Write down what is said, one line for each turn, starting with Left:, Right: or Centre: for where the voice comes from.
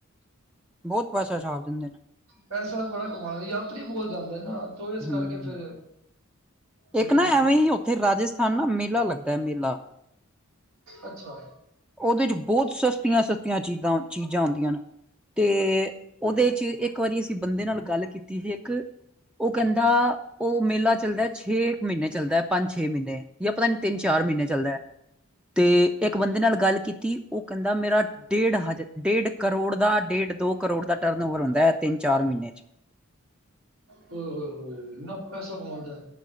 Centre: ਬਹੁਤ ਪੈਸਾ ਛਾਪ ਦਿੰਦੇ ਨੇ
Right: ਪੈਸਾ ਤਾਂ ਬੜਾ ਕਮਾ ਲੈਂਦੇ। ਯਾਤਰੀ ਬਹੁਤ ਜਾਂਦੇ ਨਾਂ ਤੋ ਇਸ ਕਰਕੇ।
Centre: ਹੂੰ
Right: ਫਿਰ ਹੋ
Centre: ਇੱਕ
Right: ਜਾਂਦੀ
Centre: ਨਾ ਐਵੇਂ
Right: ਹੈ
Centre: ਹੀ ਉੱਥੇ ਰਾਜਸਥਾਨ ਨਾ ਮੇਲਾ ਲੱਗਦਾ ਹੈ ਮੇਲਾ।
Right: ਅੱਛਾ।
Centre: ਉਹਦੇ ਚ ਬਹੁਤ ਸਸਤੀਆਂ- ਸਸਤੀਆਂ ਚੀਜ਼ਾਂ, ਚੀਜ਼ਾਂ ਆਉਂਦੀਆਂ ਨੇ। ਤੇ ਉਹਦੇ ਚ' ਇੱਕ ਇੱਕ ਵਾਰੀ ਅਸੀਂ ਬੰਦੇ ਨਾਲ ਗੱਲ ਕੀਤੀ ਸੀ। ਇੱਕ ਉਹ ਕਹਿੰਦਾ ਉਹ ਮੇਲਾ ਚੱਲਦਾ ਛੇ ਮਹੀਨੇ ਚੱਲਦਾ ਪੰਜ- ਛੇ ਮਹੀਨੇ ਜਾਂ ਪਤਾ ਨ ਤਿੰਨ-
Right: ਅੱਛਾ
Centre: ਚਾਰ ਮਹੀਨੇ ਚੱਲਦਾ ਹੈ। ਤੇ ਇੱਕ ਬੰਦੇ ਨਾਲ ਗੱਲ ਕੀਤੀ ਉਹ ਕਹਿੰਦਾ ਮੇਰਾ ਡੇਢ ਹਜ਼ ਡੇਢ ਕਰੋੜ ਦਾ ਡੇਢ- ਦੋ ਕਰੋੜ ਦਾ ਟਰਨ ਓਵਰ ਹੁੰਦਾ ਹੈ ਤਿੰਨ ਚਾਰ ਮਹੀਨੇ ਚ'।
Right: ਹਮ- ਹਮ- ਹਮ ਇੰਨਾ ਪੈਸਾ ਕਮਾਉਂਦੇ ਨੇ।